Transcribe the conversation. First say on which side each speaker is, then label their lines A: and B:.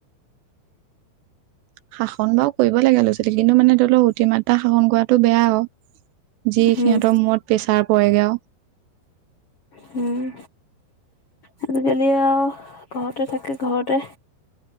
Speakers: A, on the right; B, on the left.
A: শাসন বাও কৰিব লাগে ল'ৰা ছোৱালীক কিন্তু মানে ধৰি লওক অতিমাত্ৰা শাসন কৰাটো বেয়া হ যি
B: উম
A: সিহঁতৰ মূৰত প্ৰেছাৰ পৰেগৈ আৰু
B: হম আজিকালি আৰু ঘৰতে থাকে ঘৰতে